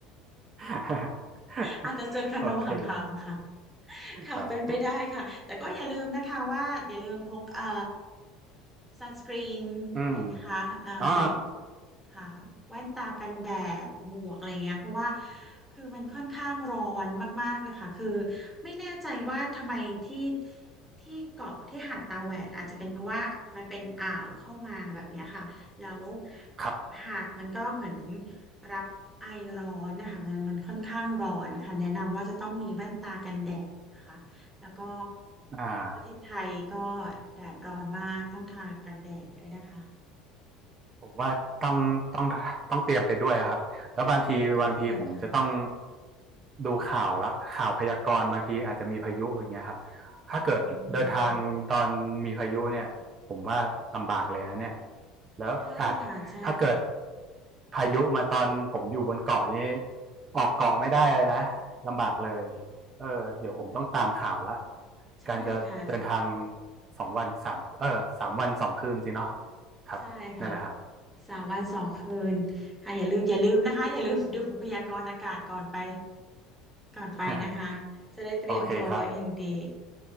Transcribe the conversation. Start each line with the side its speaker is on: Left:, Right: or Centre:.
Right: <laughs>
Centre: อาจจะเจอกันระหว่างทางค่ะ
Right: โอเค
Centre: ค่ะเป็นไปได้ค่ะ
Right: ครับ
Centre: แต่ก็อย่าลืมนะคะว่าอย่าลืมพกเอ่อซันสกรีนไปนะคะเอ่อใส่
Right: อืมอ่า
Centre: ค่ะแว่นตากันแดดหมวกอะไรเงี้ยเพราะว่าคือมันค่อนข้างร้อนมากๆเลยค่ะคือไม่แน่ใจว่าทำไมที่ที่เกาะที่หาดตาแหวดอาจจะเป็นเพราะว่ามันเป็นอ่าวเข้ามาแบบเนี้ยค่ะแล้ว
Right: ครับ
Centre: หาดมันก็เหมือนรับไอร้อนนะคะมันมันค่อนข้างร้อนค่ะแนะนำว่าจะต้องมีแว่นตากันแดดนะคะแล้วก็
Right: อ่า
Centre: ประเทศไทยก็แดดร้อนมากต้องทากันแดดด้วยนะคะ
Right: ผมว่าต้องต้องต้องเตรียมไปด้วยอะครับแล้วบางทีบางทีผมจะต้อง
Centre: ใช่ต้องเตรียมค่ะ
Right: ดูข่าวละข่าวพยากรณ์บางทีอาจจะมีพายุอย่างเงี้ยครับถ้าเกิดเดินทางตอนมีพายุเนี่ยผมว่าลำบากเลยนะเนี่ย
Centre: อืมค่ะ
Right: แล้วอาจ
Centre: ใช่ค่ะใช่ค่ะ
Right: ถ้าเกิดพายุมาตอนผมอยู่บนเกาะนี้ออกเกาะไม่ได้เลยนะลำบากเลยเออเดี๋ยวผมต้องตามข่าวละ
Centre: ใช่ค่ะ
Right: การจะเดินทางสองวันสามเออสามวันสองคืนสิเนาะครับนั่นแหละครับ
Centre: ใช่ค่ะสามวันสองคืนค่ะอย่าลืมอย่าลืมนะคะอย่าลืมดูพยากรณ์อากาศก่อนไปก่อนไปนะคะจะได้เตรียมตัวอย่างดี
Right: <laughs> โอเคครับ